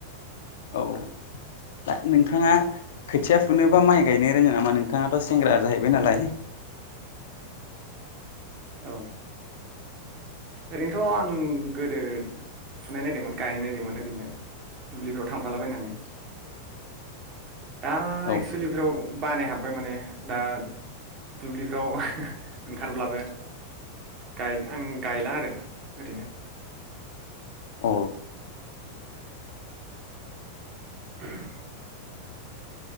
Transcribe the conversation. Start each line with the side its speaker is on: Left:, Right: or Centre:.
Left: औ दा नोंथांङा खोथिया फुनो बा माइ गायनो रोंङो नामा नोंथाङाथ' सेंग्रा जाहैबाय नालाय
Right: औ ओरैनोथ' आं गोदो फुनाय नायदोंमोन गायनाय नायदोंमोन। मोन ओरैनो दुब्लिफ्राव थांफालाबायनानै दा
Left: औ
Right: एक्सुलि बेफ्राव बानाय हाबबाय ओमफाय माने दा दुब्लिफ्राव ओंखारब्लाबो गाय आं गायला आरो ओरैनो
Left: औ
Right: <inaudible>